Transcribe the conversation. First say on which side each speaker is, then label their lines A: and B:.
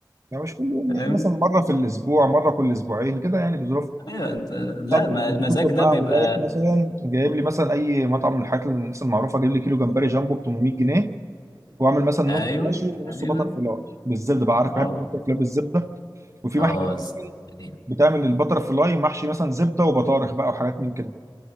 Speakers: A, on the right; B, on the left.
A: يعني مش كل يوم
B: فاهم
A: يعني مثلا مره في الاسبوع مره كل اسبوعين كده يعني بظروف
B: ايوه انت <laughs>
A: ساعات
B: لا
A: بت-
B: ما المزاج
A: بتطلب
B: ده
A: معاهم
B: بيبقى
A: رايح مثلا جايب لي مثلا اي مطعم من الحاجات اللي الناس المعروفه جايب لي كيلو جمبري جامبو ب 800 جنيه واعمل مثلا
B: ايوه
A: نص مشوي ونص
B: ايوه
A: بتر فلاي بالزبده بقى عارف
B: اه
A: بحب البتر فلاي بالزبده وفي
B: اه
A: محلات
B: الزبدة
A: اصلا
B: دي
A: بتعمل البتر فلاي محشي مثلا زبده وبطارخ بقى وحاجات من كده